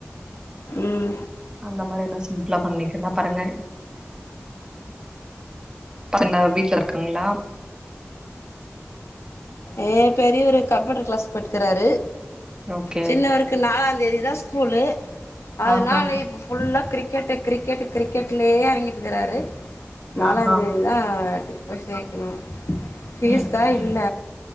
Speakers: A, on the left; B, on the right.
A: ம்
B: அந்த மாதிரி எதுனா சிம்பிளா பண்ணக்குன்னா பாருங்க பசங்க வீட்ல இருங்காங்கலா
A: ஏ பெரியவரு கம்ப்யூட்டர் க்ளாஸ் போய்ட்ருக்ககுறாரு
B: ஓகே
A: சின்னவருக்கு நாளாந் தெரியதா ஸ்கூலு அதனால
B: ஆஹா
A: இப்ப ஃபுல்லா கிரிக் கிரிக்கெட் கிரிக்கெட் கிரிக்கெட்லேயே இறங்கிட்டுருக்குறாரு நாலாந்தேதி
B: ஆஹா
A: தா போய் சேக்கணு ஃபீஸ்
B: ம்
A: தா
B: ம் ம்
A: இல்ல